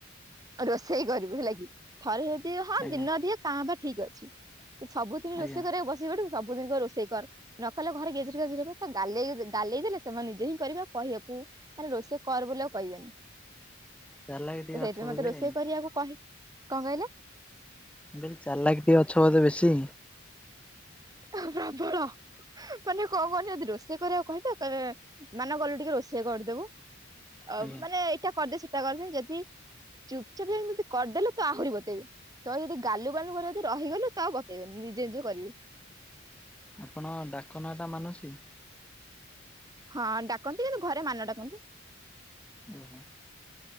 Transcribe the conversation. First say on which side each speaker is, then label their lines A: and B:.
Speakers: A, on the right; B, in the centre.
A: ରୋଷେଇ କରିବୁ ହେଲା କି ଥରେ ଯଦି ହଁ
B: ଆଜ୍ଞା
A: ଦିନ ଅଧିଆ କାଁ ଭା ଠିକ୍ ଅଛି, ଯଦି ସବୁଦିନ
B: ଆଜ୍ଞା
A: ରୋଷେଇ କରିବାକୁ ବସି ପଡିବୁ ସବୁଦିନ କହିବେ ରୋଷେଇ କର, ନ କଲେ ଘରେ ଗେଜେରେ ଗେଜେରେ ହେବେ। ତ ଗାଲେଇ ଗାଲେଇ ଦେଲେ ସେମାନେ ନି ଜେ ହିଁ କରିବେ ଆଉ କହିଆକୁ, ମାନେ ରୋଷେଇ କର ବୋଲି ଆଉ କହିବେନି।
B: ଚାଲାକି ଟିକେ
A: ତ ସେଇଥିପାଇଁ
B: ଅଛ ବୋଧେ
A: ମତେ ରୋଷେଇ
B: ମୁଁ
A: କରିବାକୁ କହି, କଣ କହିଲେ?
B: ମୁଁ କହିଲି ଚାଲାକ୍ ଟିକେ ଅଛ ବୋଧେ ବେଶୀ?
A: ହଁ ପ୍ରବଳ। ମାନେ କଣ କୁହନି ଯଦି ରୋଷେଇ କରିବାକୁ କହିବେ, କହିବେ ମାନୁଆ ଗଲୁ ଟିକେ ରୋଷେଇ କରିଦବୁ। ଅ
B: ଆଜ୍ଞା
A: ମାନେ ଏଇଟା କରିଦେ ସେଇଟା କରିଦେ ଯେଦି ଚୁପଚାପ ହେଇକି ଯଦି କରିଦେଲୁ, ତ ଆହୁରି ବତେଇବେ। ତ ଯଦି ଗାଲୁ ଗାଲୁ କରି ଯଦି ରହିଗଲୁ ତ ଆଉ ବତେଇବେନି, ନିଜେ ନିଜେ କରିବେ।
B: ଆପଣଙ୍କ ଡାକ ନାଁ ଟା ମାନସି?
A: ହଁ ଡାକନ୍ତି କିନ୍ତୁ ଘରେ ମାନୁଆ ଡାକନ୍ତି।
B: ଉଁ - ହୁଁ।